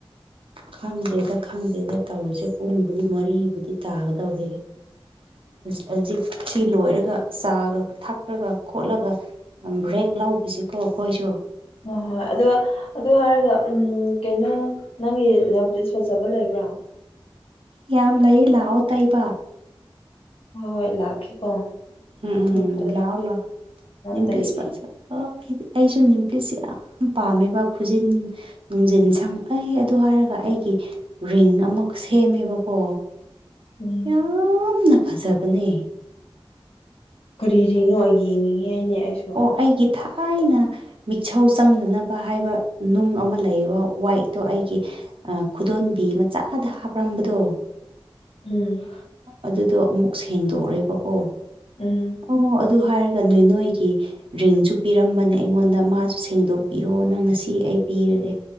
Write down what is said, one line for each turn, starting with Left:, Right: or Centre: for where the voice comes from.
Right: ꯈꯪꯗ꯭ꯔꯦꯗ ꯈꯪꯗ꯭ꯔꯦꯗ ꯇꯧꯔꯤꯁꯦ ꯄꯨꯡ ꯃꯔꯤꯕꯨꯗꯤ ꯇꯥꯒꯗꯧꯔꯦ ꯍꯧꯖꯤꯛ ꯁꯤ ꯂꯣꯏꯔꯒ ꯆꯥꯒ ꯊꯛꯂꯒ ꯈꯣꯠꯂꯒ ꯕ꯭ꯔꯦꯛ
Left: ꯎꯝ
Right: ꯂꯧ ꯍꯧꯖꯤꯁꯤꯀꯣ ꯑꯩꯈꯣꯏꯁꯨ
Left: ꯍꯣꯏ ꯍꯣꯏ ꯑꯗꯣ ꯑꯗꯨ ꯍꯥꯏꯔꯒ ꯎꯝ ꯀꯩꯅꯣ ꯅꯪꯒꯤ ꯅꯦꯞꯂꯤꯁ ꯐꯖꯕ ꯂꯩꯕ꯭ꯔꯥ
Right: ꯌꯥꯝ ꯂꯩ ꯂꯥꯛꯑꯣ ꯇꯩꯕ
Left: ꯍꯣꯏ ꯍꯣꯏ ꯂꯥꯛꯀꯦꯀꯣ
Right: ꯎꯝ
Left: ꯅꯦꯜꯄꯣꯂꯤꯁ
Right: ꯂꯥꯑꯣ ꯂꯥꯎꯑꯣ ꯅꯦꯄꯨꯂꯤꯁ
Left: ꯇꯩꯒꯦ
Right: ꯐꯖꯕ ꯑꯩꯗꯤ ꯑꯩꯁꯨ ꯅꯦꯜꯄꯨꯂꯤꯁꯁꯦ ꯌꯥꯝ ꯄꯥꯝꯃꯦꯕ ꯈꯨꯖꯤꯟ ꯅꯨꯡꯖꯤꯟ ꯁꯪ ꯑꯩ ꯑꯗꯨ ꯍꯥꯏꯔꯒ ꯑꯩꯒꯤ ꯔꯤꯡ ꯑꯃꯈꯛ ꯁꯦꯝꯃꯦꯕꯀꯣ
Left: ꯎꯝ
Right: ꯌꯥꯝꯅ ꯐꯖꯕꯅꯦ
Left: ꯀꯔꯤ ꯔꯤꯅꯣ ꯑꯩ ꯌꯦꯡꯅꯤꯡꯉꯦꯅꯦ ꯑꯩꯁꯨ
Right: ꯑꯣ ꯑꯩꯒꯤ ꯊꯥꯏꯅ ꯃꯤꯁꯧ ꯆꯪꯗꯅꯕ ꯍꯥꯏꯕ ꯅꯨꯡ ꯑꯃ ꯂꯩꯌꯦꯕ ꯋꯥꯏꯠ ꯑꯗꯣ ꯑꯩꯒꯤ ꯈꯨꯗꯣꯟꯕꯤ ꯃꯆꯥꯗ ꯍꯥꯞꯔꯝꯕꯗꯣ
Left: ꯎꯝ
Right: ꯑꯗꯨꯗꯣ ꯑꯃꯨꯛ ꯁꯦꯡꯗꯣꯛꯑꯦꯕꯀꯣ
Left: ꯎꯝ
Right: ꯑꯣ ꯑꯗꯨ ꯍꯥꯏꯔꯒ ꯅꯣꯏ ꯅꯣꯏꯒꯤ ꯔꯤꯡꯁꯨ ꯄꯤꯔꯝꯕꯅꯦ ꯑꯩꯉꯣꯟꯗ ꯃꯥꯁꯨ ꯁꯦꯡꯗꯣꯛꯄꯤꯌꯣꯅ ꯉꯁꯤ ꯑꯩ ꯄꯤꯔꯒꯦ